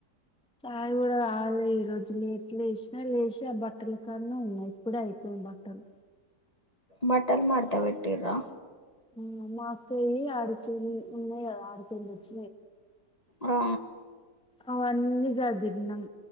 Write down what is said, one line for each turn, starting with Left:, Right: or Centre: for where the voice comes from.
Centre: చాయి కూడ తాగలా ఈ రోజు లేట్ లేసినా లేచి ఆ బట్టల కాన్నా ఉన్నా ఇప్పుదె అయిపోయింది కొన్బట్టలు
Left: మటల్ మడత పెట్టిర్రా
Centre: ఆ మా అక్కయి అడుతు ఉన్నాయి అడుతుందచ్చ
Left: ఆ
Centre: అవన్నీ చదిన్నాం